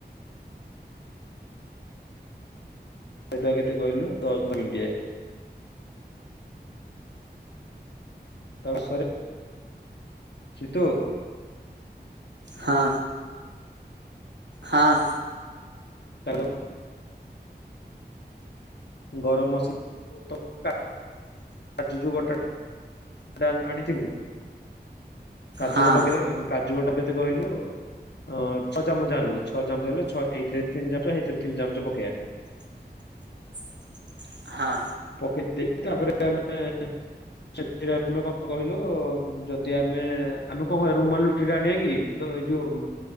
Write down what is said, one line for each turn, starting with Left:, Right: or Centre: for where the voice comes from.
Left: ସେଟା କେତେ କହିଲୁ ଦଶ <unintelligible> <unintelligible> ସିତୁ।
Right: ହଁ ହଁ।
Left: <inaudible> ଗରମ୍ ମସଲା <inaudible> କାଜୁ ଯୋଉ ବଟା ସେଟା ଆଣିଥିବୁ, କାଜୁ
Right: ହଁ।
Left: ବଟା କେତେ କାଜୁ ବଟା କେତେ କହିଲୁ ଅଁ ଛଅ ଚାମଚ ଆଣିବୁ ଛଅ ଚାମଚ ହେଲେ ଏଇଥିରେ ତିନି ଚାମଚ ସେଇଥିରେ ତିନି ଚାମଚ ପକେଇଆ।
Right: <inaudible> ହଁ।
Left: ପକେଇ ଦେଇକି ତାପରେ ଆମେ ସେ ଆମେ କଁ କହିଲୁ ଯଦି ଆମେ ଆମେ କଁ କହିବା ରୁମାଲ ରୁଟି ଟା ଆଣିବା କି ଦ ଏଇ ଯୋଉ।